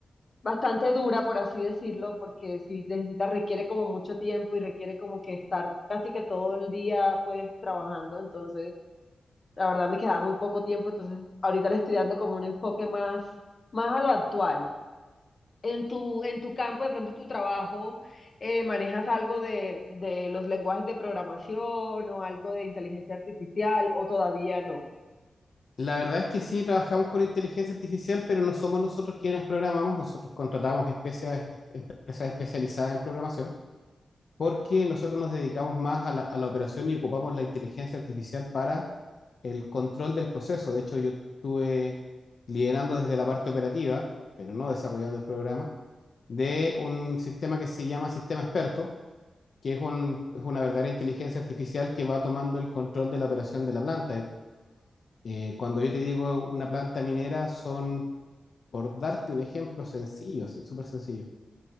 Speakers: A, on the left; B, on the left.
A: bastante dura, por así decirlo, porque si necesitas, requiere como mucho tiempo y requiere como que estar casi que todo el día pues trabajando, entonces... La verdad me quedaba muy poco tiempo, entonces ahorita le estoy dando como un enfoque más, más a lo actual. En tu, en tu campo, de pronto en tu trabajo, eh, ¿manejas algo de, de los lenguajes de programación o algo de inteligencia artificial o todavía no?
B: La verdad es que sí, trabajamos con inteligencia artificial, pero no somos nosotros quienes programamos, nosotros contratamos especias- empresas especializadas en programación, porque nosotros nos dedicamos más a la, a la operación y ocupamos la inteligencia artificial para el control del proceso. De hecho, yo estuve liderando desde la parte operativa, pero no desarrollando el programa, de un sistema que se llama Sistema Experto, que es, un- es una verdadera inteligencia artificial que va tomando el control de la operación de la planta. Eh, cuando yo te digo una planta minera, son, por darte un ejemplo sencillo, sí, súper sencillo.